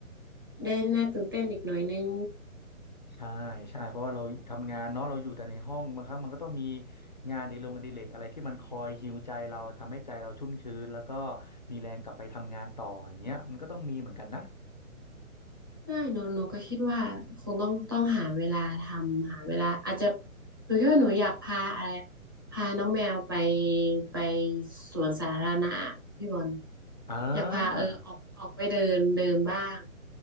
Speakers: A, on the right; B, on the left.
A: ได้น่าตื่นเต้นอีกหน่อยนึง
B: ใช่ใช่เพราะว่าเราทำงานเนาะเราอยู่แต่ในห้องบางครั้งมันก็ต้องมีงานอดนโรงงานอดิเรกอะไรที่มันคอยฮีลใจเราทำให้ใจเราชุ่มชื้นแล้วก็มีแรงกลับไปทำงานต่ออย่างเงี้ยมันก็ต้องมีเหมือนกันนะ
A: ใช่หนูหนูก็คิดว่าคงต้องต้องหาเวลาทำหาเวลาอาจจะหนูคิดว่าหนูอยากพาอะไรพาน้องแมวไปไปสวนสาธารณะพี่บอล
B: อ่า
A: อยากพาเออออกออกไปเดินเดินบ้าง